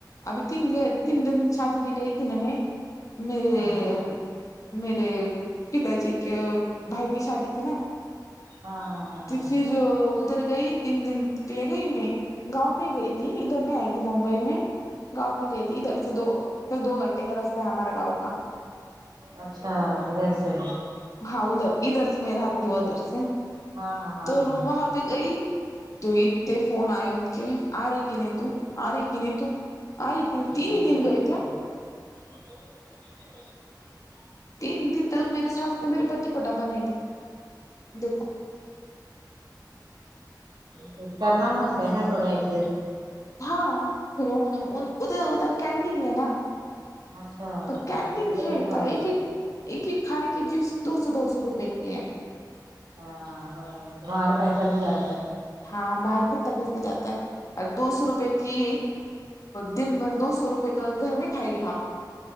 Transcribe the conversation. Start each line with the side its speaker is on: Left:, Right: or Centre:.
Left: ابھی تین تین دن شادی میں گئی تھی نا میں میرے
Right: ہاں
Left: میرے پتاجی کے بھائی کی شادی تھی نا
Right: ہاں ہاں ہاں ہاں
Left: پھر ادھر گئی تین دن کے لے گئی میں گاؤں میں گئی تھی ادھر میں آئی تھی ممبئی میں گاؤں میں گئی تھی ادھر سے دو پھر دو گھنٹے راستے ہے ہمارا گاؤں کا
Right: اچھا ادھر سے
Left: ہاں ادھر ادھر سے میرا ہاتھی ادھر سے
Right: ہاں ہاں ہاں
Left: تور
Right: ہاں ہاں
Left: وہاں گئی تو اتتے فون آئے ان کے آ رہی کہ نہیں تو آ رہے کی نہیں تو آ رہے کی نہیں تین
Right: ایسا
Left: ہی دن
Right: کرتے
Left: گئے تھے
Right: ہو لوگ <unintelligible>
Left: تین دن تلک میری ساس نے میرے پتی کو ڈبا نہیں دی تھی دیکھو
Right: تو کرنا مگتا ہے نا تھوڑا ایک
Left: ہاں پھر ان ادھر ادھر کینٹیین ہے نا
Right: اچھا
Left: کینٹین
Right: تو تو
Left: ہے
Right: دیکھا
Left: پر ایک ایک ایک ایک کھانے کی جیس دو سو دو سو روپے کی ہے
Right: ہاں برابر تو باہر پیسہ بھی جاتا ہے
Left: ہاں باہر کتنا پیسے جاتا ہے اور دو سو روپے کی دن بھر دو سو روپئے کا گھر میں کھائے گی آپ